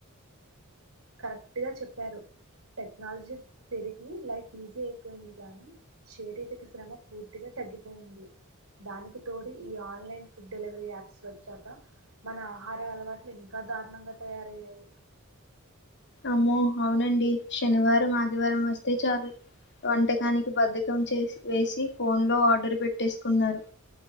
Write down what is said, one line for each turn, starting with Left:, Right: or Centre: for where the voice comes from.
Right: కరెక్ట్ గా చెప్పారు టెక్నాలజీ పెరిగి లైఫ్ ఈజీ అయిపోయింది గానీ శారీరక శ్రమ పూర్తిగా తగ్గిపోయింది దానికి తోడి ఈ ఆన్లైన్ ఫుడ్ డెలివరీ యాప్స్ వచ్చాక మన ఆహార అలవాట్లు ఇంకా దారుణంగా తయారయ్యాయి
Left: అమ్మో అవునండి శనివారం ఆద్ ది శనివారం వస్తే చాలు వంటకానికి బద్ధకం చేసి వేసి ఫోన్ లో ఆర్డర్ పెట్టేసుకున్నారు